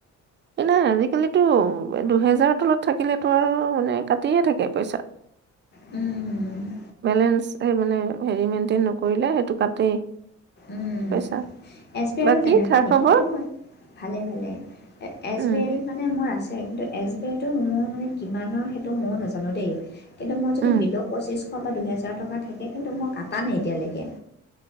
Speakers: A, on the right (about 40°); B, on the left (about 35°).
A: এই নাই আজিকালিতো দুহেজাৰৰ তলত থাকিলেতো আৰু মানে কাটিয়ে থাকে পইচা।
B: উম
A: বেলেঞ্চ এই মানে হেৰি মেইনটেইন নকৰিলে সেইটো কাটেই
B: উম
A: পইচা।
B: এছ বি আৰু
A: বাকী
B: তেনেকুৱা
A: খা
B: নেকি
A: খবৰ?
B: কিন্তু মই- ভালে ভালে এছ
A: উম,
B: বি আইত মানে মোৰ আছে- এছ বি আই টো মোৰ মানে কিমানৰ সেইটো মই নাজানো দেই কিন্তু মই যদি
A: উম,
B: বিল- শ বা দুহেজাৰ টকা থাকে কিন্তু মই কটা নাই এতিয়ালৈকে-